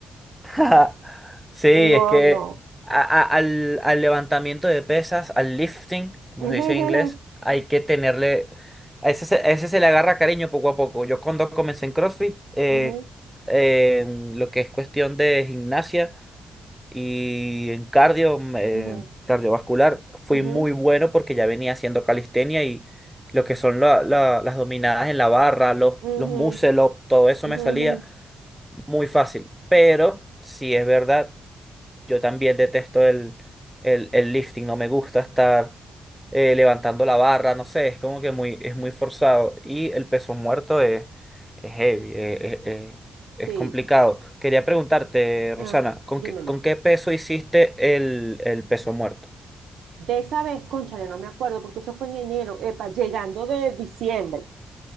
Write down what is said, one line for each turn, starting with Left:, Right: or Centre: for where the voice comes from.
Centre: <laughs> Sí, es
Right: No,
Centre: que
Right: no,
Centre: a- a- al, al levantamiento de pesas, al lifting, como
Right: Ujú,
Centre: se dice en inglés, hay que tenerle... A ese, se- a ese se le agarra cariño poco a poco. Yo cuando comencé en CrossFit, eh,
Right: ujú,
Centre: en lo que es cuestión de gimnasia y en cardio, mm, eh,
Right: ujú,
Centre: cardiovascular, fui
Right: ujú,
Centre: muy bueno porque ya venía haciendo calistenia y lo que son la- la- las dominadas en la barra, los,
Right: ujú,
Centre: los muscle up, todo eso
Right: ujú,
Centre: me salía
Right: ujú.
Centre: muy fácil. Pero, si es verdad. Yo también detesto el, el, el lifting, no me gusta estar eh, levantando la barra, no sé, es como que muy, es muy forzado. Y el peso muerto es, es heavy, eh, eh, eh, es
Right: Sí,
Centre: complicado. Quería preguntarte,
Right: ah,
Centre: Rosana, ¿con
Right: dímelo.
Centre: qué, con qué peso hiciste el, el peso muerto?
Right: De esa vez, cónchale, no me acuerdo, porque eso fue en enero, epa, llegando de diciembre.